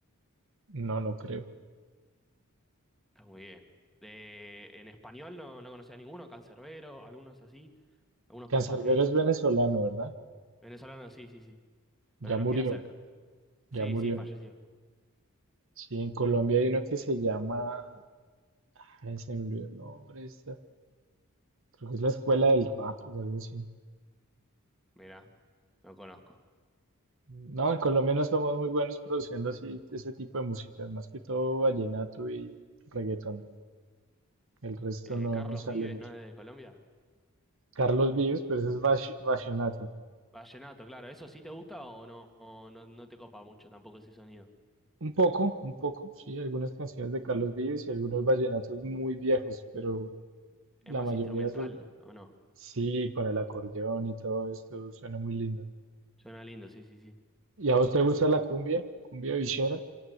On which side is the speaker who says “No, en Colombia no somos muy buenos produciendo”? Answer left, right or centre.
Right